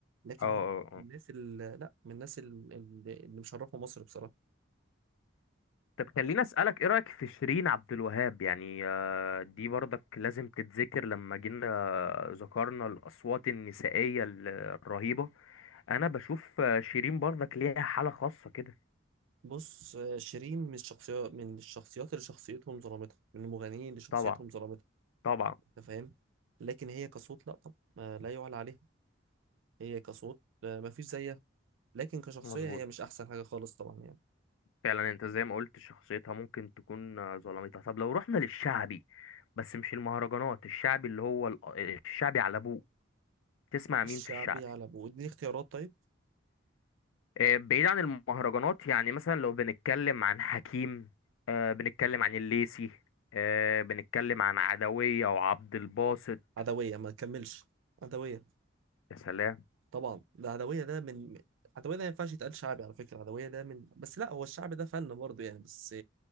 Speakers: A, on the right; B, on the left.
A: لكن
B: اه
A: هو
B: اه
A: من الناس اللي لا من الناس ال- ال- اللي مشرفة مصر بصراحة
B: طب خليني اسالك ايه رايك في شيرين عبد الوهاب يعني آه، دي برضك لازم تتذكر لما جينا ذكرنا الاصوات النسائيه ال- الرهيبه انا بشوف آه، شيرين برضك ليها حاله خاصه كده
A: بص آه، شيرين من الشخصيات من الشخصيات اللي شخصيتهم ظلمتها من المغنيين اللي شخصيتهم
B: طبعا
A: ظلمتها
B: طبعا
A: أنت فاهم لكن هي كصوت لا طب ما لا يعلى عليها هي كصوت آه، ما فيش زيها لكن كشخصية
B: مظبوط
A: هي مش أحسن حاجة خالص طبعا يعني
B: فعلا انت زي ما قلت شخصيتها ممكن تكون آه، ظلمتها طب لو رحنا للشعبي بس مش المهرجانات الشعبي اللي هو ال- الشعبي على ابوه تسمع مين
A: الشعبي
B: في الشعبي
A: على أبوه اديني اختيارات طيب
B: آه، بعيد عن المهرجانات يعني مثلا لو بنتكلم عن حكيم آه، بنتكلم عن الليسي آه، بنتكلم عن عدوية وعبد الباسط
A: عدوية ما تكملش عدوية
B: يا سلام
A: طبعا العدوية ده من العدوية ده ما ينفعش يتقال شعبي على فكرة العدوية ده من بس لا هو الشعب ده فن برضه يعني بس